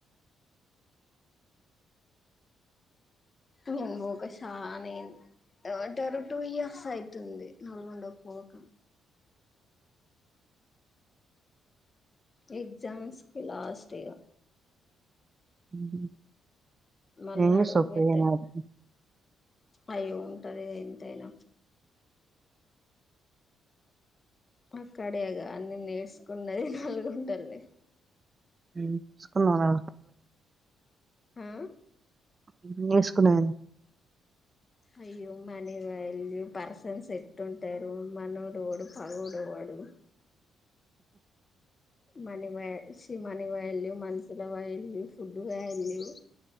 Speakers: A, on the left; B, on the right.
A: నేను బోక శాన అయింది ఏమాంటరు టూ ఇయర్స్ అయితుంది నల్గొండక్ పోక ఎగ్జామ్స్ కి లాస్ట్ ఇగ
B: హుహు
A: మళ్ళా
B: ఏం చేస్తావ్
A: అడుగు
B: పోయిన
A: పెట్టాలే
B: ఆటికి
A: అయ్యో ఉంటదిగా ఎంతయిన అక్కడేగా అన్ని నేర్చుకున్నది నల్గొండల్నే
B: నేర్సుకున్నావా
A: ఉ
B: ఏం నేర్చుకున్నావె
A: అయ్యో మనీ వాల్యూ పర్సన్స్ ఎట్లుంటారు మనోడేవడు పగోడెడవు డు మనీ వ్య సి మన వాల్యూ మనుషుల వాల్యూ ఫుడ్ వాల్యూ